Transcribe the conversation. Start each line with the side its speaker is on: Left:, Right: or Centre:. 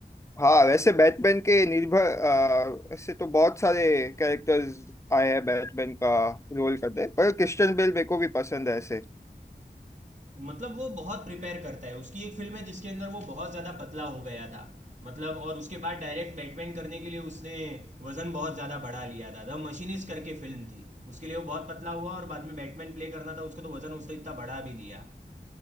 Left: हाँ वैसे बैटमैन के निर्भर आ, ऐसे तो बहुत सारे कैरेक्टर्स आए हैं बैटमैन का रोल करते पर क्रिश्चियन बेल मेरे को भी पसंद है ऐसे
Right: मतलब वो बहुत प्रिपेयर करता है उसकी एक फिल्म है जिसके अंदर वो बहुत ज्यादा पतला हो गया था मतलब और उसके बाद डायरेक्ट बैटमैन करने के लिए उसने वजन बहुत ज्यादा बढ़ा लिया था द मशीनिस्ट करके फिल्म थी उसके लिए वो बहुत पतला हुआ और बाद में बैटमैन प्ले करना था उसको तो वजन उसने इतना बढ़ा भी लिया